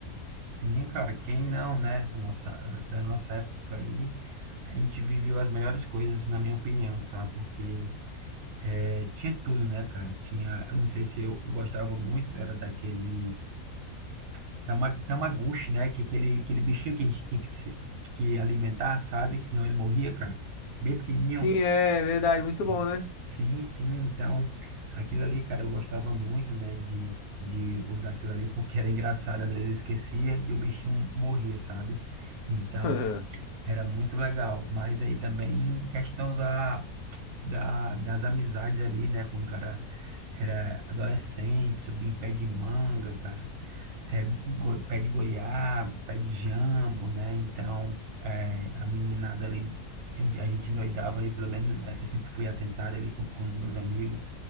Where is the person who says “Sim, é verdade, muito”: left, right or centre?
Left